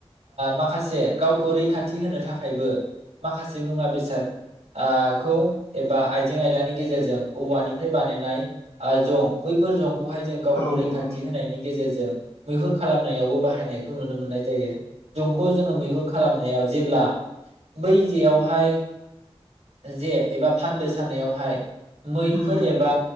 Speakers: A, on the right (about 80°); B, on the left (about 80°).
A: माखासे गावखौ रैखाथि होनो थाखायबो माखासे मुवा बेसादखौ एबा आइजें आयलानि गेजेरजों औवानिफ्राय बानायनाय आ जं बैफोर जं खौहाय जों गावखौ
B: औ ओं
A: रैखाथि होनायनि गेजेरजों मैहुर खालामनायावबो बाहायनायखौ नु नो मोननाय जायो। जंखौ जोङो मैहुर खालामनायाव जेब्ला बै जेयावहाय जे एबा फान्दो सानायावहाय मैफोर
B: उम
A: एबा